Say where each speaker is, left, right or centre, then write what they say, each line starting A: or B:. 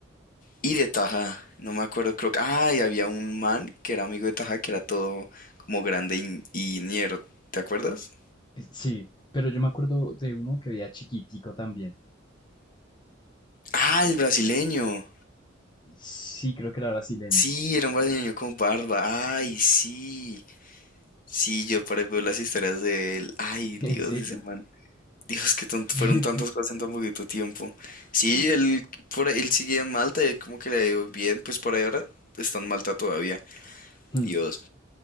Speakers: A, on the left (about 45°); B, on the left (about 25°).
A: y de Taja, no me acuerdo, creo que, ah, y había un man que era amigo de Taja, que era todo como grande y, y ñero, ¿te acuerdas?
B: Eh, Sí, pero yo me acuerdo de uno que veía chiquitico también.
A: Ah, el brasileño.
B: Sí, creo que era brasileño.
A: Sí, era un brasileño con barba. Ay, sí. Sí, yo por ahí veo las historias de él. Ay,
B: ¿En
A: Dios,
B: serio?
A: ese man. Dios, que tanto,
B: <laughs>
A: fueron tantas cosas en tan poquito tiempo. Sí,
B: Sí.
A: él, por, ahí- él sigue en Malta, y como que le ha bien, pues por ahí ahora está en Malta todavía.
B: Hmm,
A: Dios.